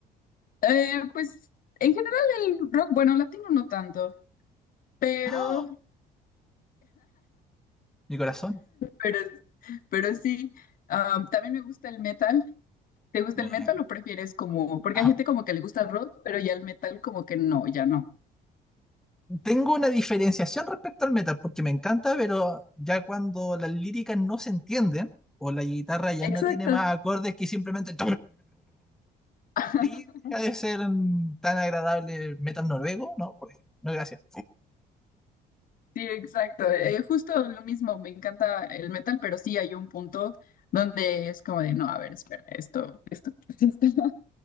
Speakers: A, on the left; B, in the centre.
A: Eh, pues en general el rock, bueno, latino no tanto, pero,
B: ¡Oh! Mi corazón.
A: pero, pero sí. Am, también me gusta el metal. ¿Te gusta
B: Muy
A: el metal
B: bien.
A: o prefieres como, porque
B: <laughs>
A: hay gente como que le gusta el rock, pero ya el metal como que no, ya no.
B: Tengo una diferenciación respecto al metal, porque me encanta, pero ya cuando las líricas no se entienden, o la guitarra ya
A: Exacto.
B: no tiene más acordes que simplemente...
A: <laughs>
B: Ahí deja de ser tan agradable el metal noruego, ¿no? Por ejemplo. No, gracias.
A: Sí, exacto. Eh, justo lo mismo, me encanta el metal, pero sí hay un punto donde es como de, no, a ver, espera, esto, esto, <laughs> esto.